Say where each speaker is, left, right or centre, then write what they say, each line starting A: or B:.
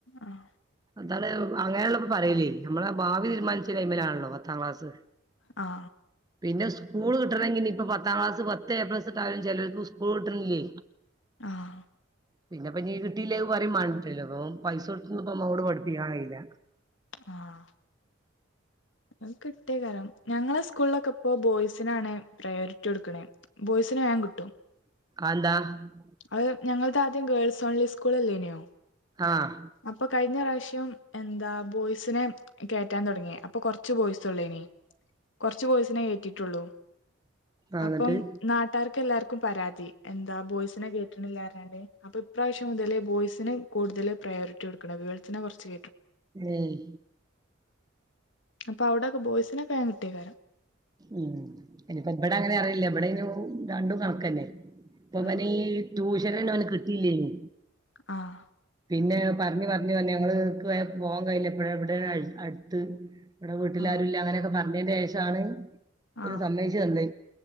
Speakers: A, on the left (about 65°); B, on the right (about 20°).
A: ആഹ്
B: അതാ അങ്ങനെ ഒള്ളള്ളപ്പോ പറയല് നമ്മളെ ഭാവി തീരുമാനിച്ച ടൈമിലാണല്ലോ പത്താം ക്ലാസ്
A: ങാ
B: പിന്നെ സ്കൂൾ കിട്ടണെങ്കി ഇനി ഇപ്പൊ പത്താം ക്ലാസ് പത്ത് എ പ്ലസ് കിട്ടിയാലും ചിലർക്ക് സ്കൂൾ കിട്ടണങ്കി
A: ആഹ
B: പിന്നെപ്പ നീ കിട്ടീലേക്ക് പറയും <unintelligible> അപ്പൊ പൈസ കൊടുത്ത്ന്ന് ഇപ്പ മോട് പഠിപ്പിക്കാകയില്ല
A: ആഹ അത് കിട്ടിയകാരം. ഞങ്ങളെ സ്കൂളിലൊക്കെ ഇപ്പോ ബോയ്സിനാണ് പ്രയോറിറ്റി കൊടുക്കണേ. ബോയ്സ് വേഗം കിട്ടും.
B: <unintelligible>
A: അത് ഞങ്ങളുടെ ആദ്യം ഗേൾസ് ഓൺലി സ്കൂൾ അല്ലേനെയോ
B: ആഹ്
A: അപ്പൊ കഴിഞ്ഞ പ്രാവശ്യം എന്താ ബോയ്സിനെ കേറ്റാൻ തുടങ്ങിയെ. അപ്പൊ കൊറ കുറച്ചു ബോയ്സൊള്ളേനി. കുറച്ചു ബോയ്സിനേ കേറ്റിയിട്ടുള്ളൂ.
B: ആഹ്
A: അപ്പം
B: എന്നിട്ട്
A: നാട്ടാർക്ക് എല്ലാർക്കും പരാതി എന്താ ബോയ്സിനെ കേറ്റണില്ലരാണ്ട്. അപ്പൊ ഇപ്രാവശ്യം മുതല് ബോയ്സന് കൂടുതൽ പ്രയോറിറ്റി കൊടുക്കണം. ഗേൾസിനെ കൊറച്ച്
B: ഏയ്
A: അപ്പൊ അവിടൊക്കെ ബോയ്സിനെ <unintelligible> കിട്ടിയ കാരം
B: ഉം ഇനിപ്പോ ഇവിടെ അങ്ങനെ അറിയില്ല. എവിടെ ഇനും രണ്ടും കണക്കന്നെ ഇപ്പൊ അവന്
A: ആ
B: ഈ ട്യൂഷൻണ് അവന് കിട്ടിയില്ലേനു
A: ആഹ
B: പിന്നെ പറഞ്ഞഞ് പറഞ്ഞഞ് പറഞ്ഞു ഞങ്ങള് പോകാൻ കഴിയില്ല എപ്പഴ എവിടെ അടുത്ത് ഇവിടെ വീട്ടിലാരും
A: ആ
B: ഇല്ല അങ്ങനെയൊക്കെ പറഞ്ഞതിന്റെ ശേഷമാണ് ഒരു
A: ആ
B: സമ്മിച്ചു തല്ലേ